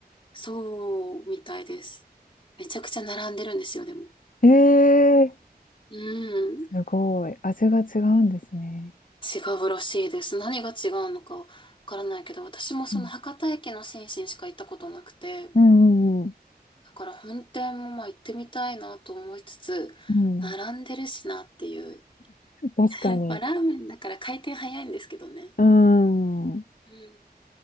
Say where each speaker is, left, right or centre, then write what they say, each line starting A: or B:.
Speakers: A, on the left; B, on the left.
A: そうみたいです。めちゃくちゃ並んでるんですよ、でも。
B: ええー
A: うん。
B: すごい。味が違うんですね。
A: 違うらしいです。何が違うのかわからないけど、私もその博多駅の新進しか行ったことなくて、
B: うんうんうん
A: だから本店もまあ行ってみたいなと思いつつ、
B: うん。
A: 並んでるしなっていう。
B: うん
A: <laughs>
B: 確かに。
A: まあラーメンだから回転早いんですけどね。
B: うん。
A: うん。